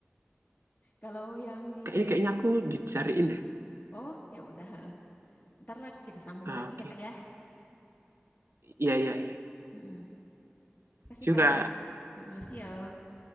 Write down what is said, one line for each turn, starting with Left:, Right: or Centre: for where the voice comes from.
Left: Kalau yang di,
Right: kayaknya kayaknya aku dicariin deh
Left: oh ya udah, <laughs> ntar lah kita sambung
Right: Ah,
Left: lagi
Right: oke
Left: ya kak
Right: Okay.
Left: ya.
Right: iya iya iya
Left: Mm-mm. Kasih
Right: juga
Left: kak, Mm-mm. see you.